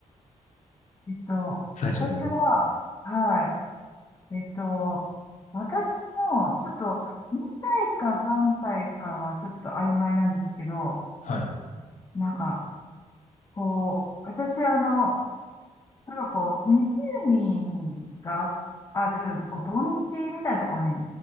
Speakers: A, on the left; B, on the left.
A: い。えっと、
B: 最初の。
A: 私は、はい。えっと、私も、ちょっと、2歳か3歳かはちょっと曖昧なんですけど、
B: はい。
A: なんか、こう、私、あの、なんかこう、湖がある、こう、盆地みたいなところに